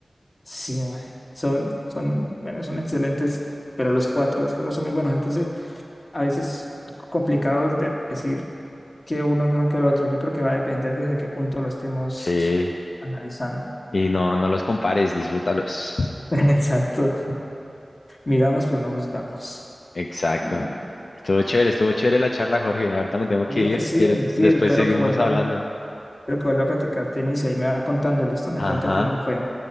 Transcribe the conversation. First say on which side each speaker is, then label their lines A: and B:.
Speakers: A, on the left (about 45°); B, on the left (about 75°).
A: Sí, mae, son, son, bueno, son excelentes, pero los cuatro, los cuatro son muy buenos. Entonces, a veces complicados de decir que uno es mejor que el otro. Yo creo que va a depender desde qué punto lo estemos
B: sí,
A: analizando.
B: y no, no los compares, disfrútalos.
A: <laughs> Exacto. Miramos, pero no juzgamos.
B: Exacto.
A: Ah,
B: Estuvo chévere, estuvo chévere la charla, Jorge. Ahorita me tengo
A: oye,
B: que ir,
A: sí,
B: si quieres,
A: sí,
B: después
A: espero
B: seguimos
A: que vuelva,
B: hablando.
A: espero que vuelva a practicar tenis y ahí me va contando, ¿listo? Me
B: Ajá.
A: cuenta cómo le fue.